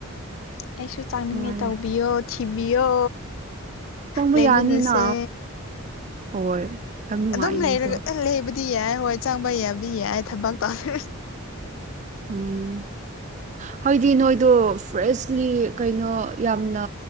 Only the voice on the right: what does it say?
ꯅꯨꯡꯉꯥꯏꯔꯦ
ꯆꯪꯕ
ꯌꯥꯅꯤꯅ ꯍꯣꯏ ꯌꯥꯝ ꯅꯨꯡꯉꯥꯏꯅꯤ
ꯑꯗꯣ
ꯎꯝ
ꯍꯥꯏꯣꯏꯗꯤ ꯅꯣꯏꯗꯣ ꯐ꯭ꯔꯦꯁꯂꯤ ꯀꯩꯅꯣ ꯌꯥꯝꯅ